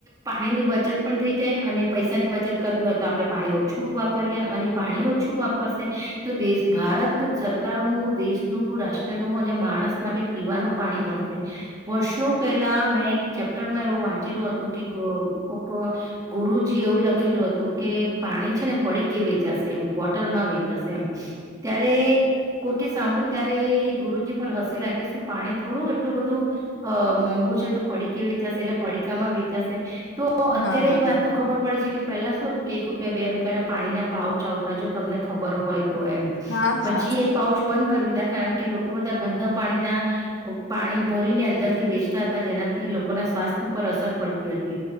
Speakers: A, on the right; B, on the left.
A: પાણી ની બચત પણ થઈ જાય. અને પૈસાની બચત કર હોય તો આપણે પાણી ઓછું વાપરીએ અને પાણી ઓછું વાપરશે તો દેશ ભારત સરકારનું દેશનું રાષ્ટ્રનું અને માણસ માટે પીવાનું પાણી મળશે. વર્ષો પહેલા મેં એક ચેપ્ટરમાં એવું વાં. લું હતું કે કોક ગુરુજી એવું લખેલું હતું. કે પાણી છે ને પડી કે વેચાશે એમ બોટલમાં વેચાશે. એમ ત્યારે કોઈકે સાંભળ્યું ત્યારે એ ગુરુજી પર હસેલા કે. શું પાણી થોડું એટલું બધું મોંઘું છે. તો પડી કે વેચાશે એટલે. પડીકામાં વેચાશે. તો અત્યારે
B: હા
A: એ વાત ન ખબર પડે છે કે. પેલા શું હતું કે. એક રૂપિયા બે રૂપિયા ના પાણીના પાાવ ચ આવતા જો તમને ખબર હોય. તો એમ
B: હા
A: પછી
B: હા
A: એ પઉ. બંધ કરી દીધા કારણ કે. લોકો બધા ગંદા પાણીના પાણી ભરીને અંદરથી વેચતા હતા. જેનાથી લોકોના સ્વાસ્થ્ય. પર અસર પડતી હતી.